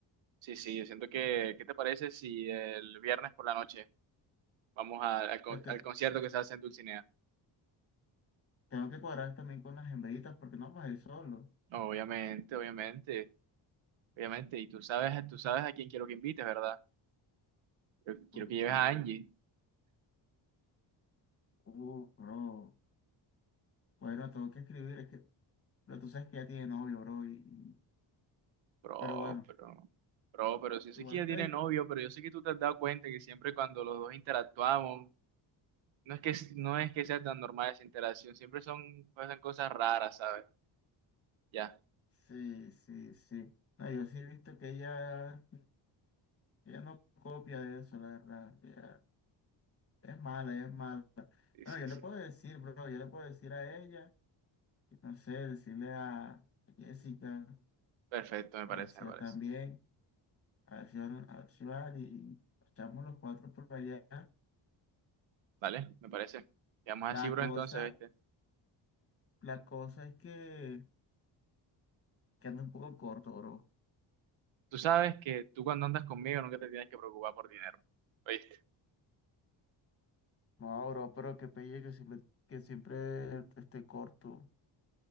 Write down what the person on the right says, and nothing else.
Sí, sí, yo siento que, ¿qué te parece si el viernes por la noche vamos a- al, con-
al concierto que se hace en Dulcinea?
No, Obviamente, obviamente, obviamente. Y tú sabes, tú sabes a quién quiero que invites, ¿verdad? Yo quiero
que lleves a Angie.
Bro,
pero, bro, pero si yo
sé que ella
tiene novio, pero yo sé que tú te has dado cuenta que siempre cuando los dos interactuamos, no es que, no es que sea tan normal esa interacción, siempre son, pasan cosas raras, ¿sabes? Ya,
sí,
sí,
sí.
Perfecto, me parece,
me
parece.
¿Vale? Me parece. Quedamos
así, bro,
entonces, ¿viste?
Tú sabes que tú cuando andas conmigo nunca te tienes que preocupar por dinero, ¿oíste?